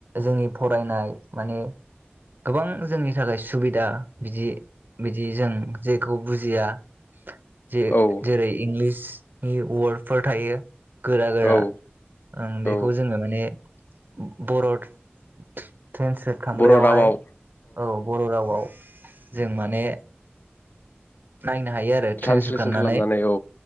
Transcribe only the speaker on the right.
जोंनि फरायनाय माने गोबां जोंनि थाखाय सुबिदा बिदि बिदि जों जेखौ बुजिया जे
जेरै इंलिस नि वार्डफोर थायो गोरा गोरा
ओं बेखौ
जोङो माने बर'ड ट्रेन्सलेट खालामग्रायावहाय
औ बर' रावआव जों माने नायनो हायो आरो
ट्रेन्सलेट खालामनानै